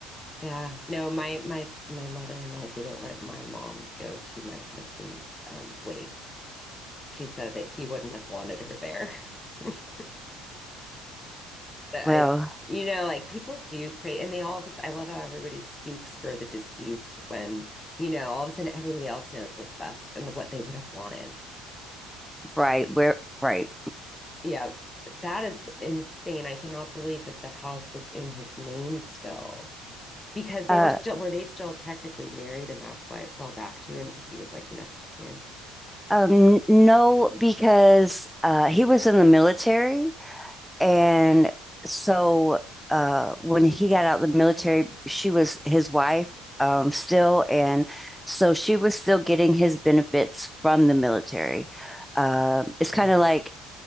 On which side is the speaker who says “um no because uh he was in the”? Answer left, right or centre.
Centre